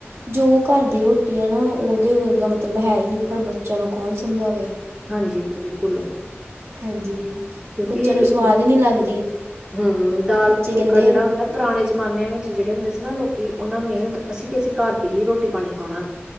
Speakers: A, on the right; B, on the right.
A: ਜੋ ਘਰ ਦੀ ਰੋਟੀ ਹੈ ਨਾ ਉਹਦੇ ਵਰਗਾ ਮਤਲਬ ਹੈ ਹੀ ਨਹੀਂ। ਪਰ ਬਚ ਚਲੋ ਕੌਣ ਸਮਝਾਵੇ।
B: ਹਾਂਜੀ, ਬਿਲਕੁਲ
A: ਹਾਂਜੀ
B: ਕਿਉਂਕਿ
A: ਬੱਚਿਆਂ ਨੂੰ ਸਵਾਦ ਹੀ ਨਹੀਂ ਲੱਗਦੀ
B: ਹੂੰ ਦਾਲ
A: ਬੱਚੇ
B: ਫੁਲਕਾ
A: ਕਹਿੰਦੇ
B: ਜਿਹੜਾ ਹੁੰਦਾ। ਪੁਰਾਣੇ ਜਮਾਨਿਆਂ ਵਿੱਚ ਜਿਹੜੇ ਹੁੰਦੇ ਸੀ ਨਾ ਲੋਕੀ ਉਹਨਾਂ ਨੂੰ ਇਹ ਹੁੰਦਾ ਸੀ ਕਿ ਅਸੀਂ ਘਰ ਦੀ ਹੀ ਰੋਟੀ ਪਾਣੀ ਖਾਣਾ।